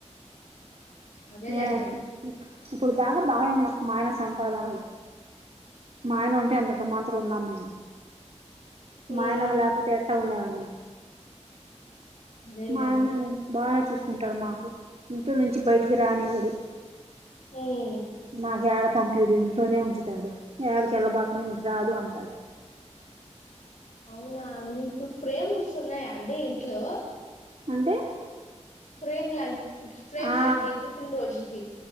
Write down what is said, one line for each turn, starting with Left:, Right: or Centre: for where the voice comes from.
Right: <inaudible>
Left: అదేలేండి
Right: నేన్ ఇప్ ఇప్పుడు దాకా బాగనే ఉన్నా మాయనస్ సంపాదనలు మాయన ఉంటే అంతంత మాత్రం ఉన్నాం మేము మాయన
Left: ఉమ్
Right: లేకపోతే ఎట్ట ఉండేవాళ్ళం
Left: అదేలేండి
Right: మాయన బానే చూసుకుంటాడు మాకు ఇంట్లో నుంచి బయట రానివ్వడు
Left: ఉమ్
Right: నాకు ఏడ పంపియడు ఇంట్లోనే ఉంచుతా తాడు ఏడకెళ్ళ బాకనే నీకు రాదు అంటాడు
Left: అవునా మీకు ప్రేమ్స్ ఉన్నాయా అండి ఇంట్లో
Right: అంటే
Left: ఫ్రేమ్లండి ఫ్రేమ్
Right: ఆ
Left: లండి పుట్టిన రోజులది